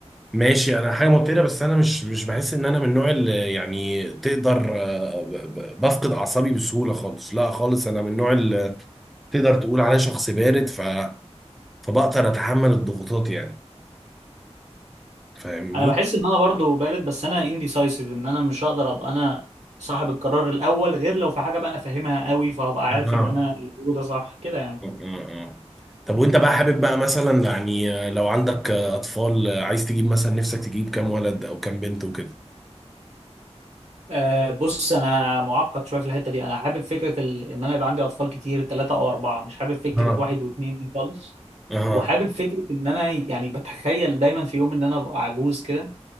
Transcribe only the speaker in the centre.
ماشي انا حاجه مبتدئه بس انا مش مش بحس ان انا من النوع اللي يعني تقدر آه، ب- ب- بفقد اعصابي بسهوله خالص لا خالص انا من النوع اللي تقدر تقول عليه شخص بارد ف... فبقدر اتحمل الضغوطات يعني فاهمني؟
اها
آه، آه. طب وانت بقى حابب بقى مثلا يعني آه، لو عندك آه، اطفال آه، عايز تجيب مثلا نفسك تجيب كام ولد او كام بنت وكده
اه
اها